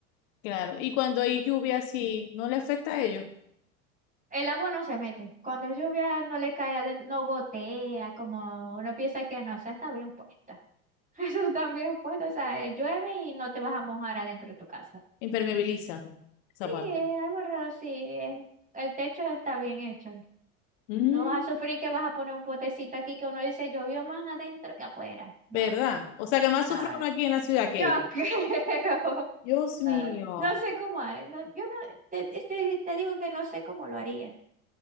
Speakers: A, on the left; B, on the right.
A: claro. Y cuando hay lluvia, sí, no le afecta a ellos.
B: El agua no se mete. Cuando es lluvia no le cae adentro, no gotea, como uno piensa que no, esa está bien puesta. <laughs> Eso está bien puesto, o sea, eh, llueve y no te vas a mojar adentro de tu casa.
A: Impermeabiliza esa
B: Sí,
A: parte.
B: es algo raro, sí. es- el techo está bien hecho.
A: Mm,
B: No vas a sufrir que vas a poner un potecito aquí que uno dice llovió más adentro que afuera. No,
A: ¿verdad? O sea que más
B: no,
A: sufre uno aquí en la ciudad que
B: Yo
A: ellos.
B: creo. <laughs>
A: Dios mío,
B: No, no sé cómo hay, no, yo no, te, te- te- te digo que no sé cómo lo harían.